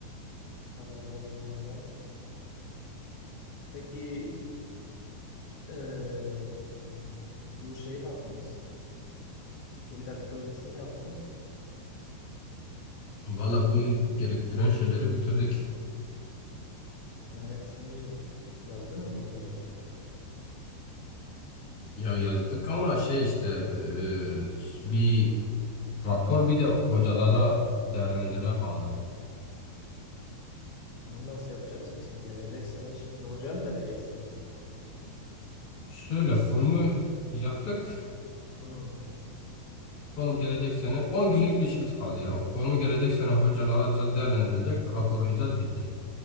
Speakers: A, on the left (about 80°); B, on the left (about 25°).
A: Hallederiz onu da. Peki eee, bu şeyi ne yaptınız? TÜBİTAK projesini ne yaptınız?
B: Valla bu yıl gerektiren şeyleri bitirdik.
A: Yani hepsini yazdınız mı direkt?
B: Ya yazdık ama şey işte e, bir rapor bir de hocalara değerlendirme kaldı.
A: Bunu nasıl yapacaksınız? Siz gelecek şimdi hocaya mı vereceksiniz?
B: Şöyle formu yaptık.
A: Hmm.
B: Form gelecek sene 10 günlük bir işimiz kaldı ya. Formu gelecek sene hocalara atacağız, değerlendirecek, raporlayacağız bitti.